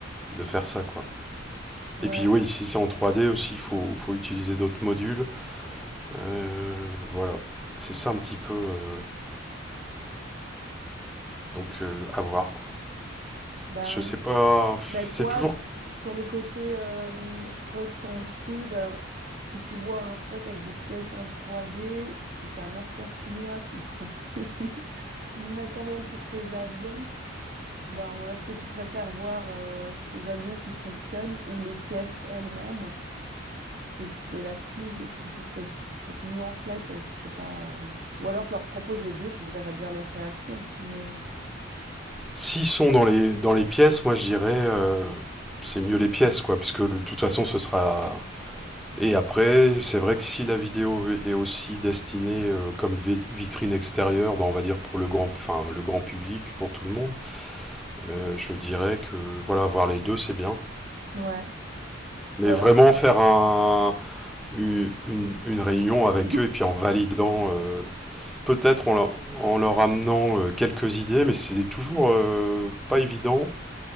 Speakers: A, in the centre; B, on the right (about 45°).
A: de faire ça, quoi.
B: Ouais,
A: Et puis, oui, si c'est en 3D aussi, il faut, faut utiliser d'autres modules. Euh, voilà. C'est ça un petit peu. euh, donc, euh, à voir, quoi.
B: ben,
A: Je sais pas.
B: ben
A: C'est
B: toi,
A: toujours.
B: d- sur le côté euh, ressenti, ben, si tu vois un spot avec des pièces en trois d si tu es un acheteur chinois qui doit <laughs> acheter du, du matériel pour tes avions, Ben, moi, est-ce que tu préfères voir euh, les avions qui fonctionnent ou les pièces elles-mêmes? C'est c'est là-dessus, c'est sur cette, cette nuance-là que je sais pas. euh, Ou alors je leur propose les deux, puis je verrai bien leur réaction. Mais
A: S'ils sont dans les, dans les pièces, moi, je dirais. euh, c'est mieux les pièces, quoi. Puisque de toute façon, ce sera Et après, c'est vrai que si la vidéo est aussi destinée euh, comme vi- vitrine extérieure, bah, on va dire pour le grand, enfin, le grand public, pour tout le monde, euh, je dirais que voilà, voir les deux, c'est bien.
B: ouais.
A: Mais
B: Ou alors
A: vraiment
B: je...
A: faire un, une, une- une réunion avec
B: Oui.
A: eux et puis en validant, euh, peut-être en, leur- en leur amenant euh, quelques idées, mais c'est toujours euh, pas évident